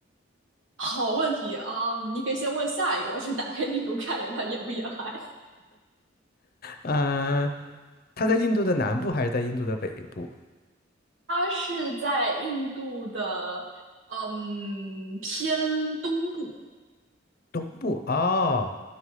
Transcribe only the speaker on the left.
嗯，它在印度的南部还是在印度的北部、
东部？哦，